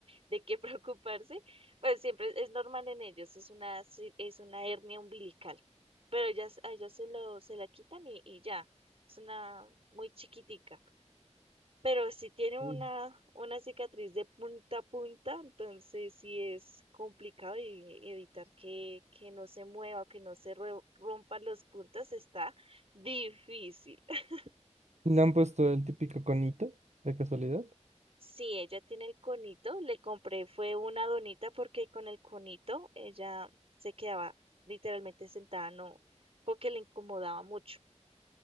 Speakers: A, on the right; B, on the right.
A: de qué <laughs> preocuparse, pero siempre es normal en ellos, es una, ci- es una hernia umbilical. Pero ellas, a ellos se lo, se la quitan y, y ya, es una muy chiquitica pero si tiene una,
B: Mm.
A: una cicatriz de punta a punta, entonces sí es complicado y evitar que, que no se mueva, que no se ro- rompan los puntos está difícil. <laughs>
B: Le han puesto el típico conito, de casualidad.
A: Sí, ella tiene el conito, le compré fue una donita porque con el conito ella se quedaba literalmente sentada, no, porque le incomodaba mucho.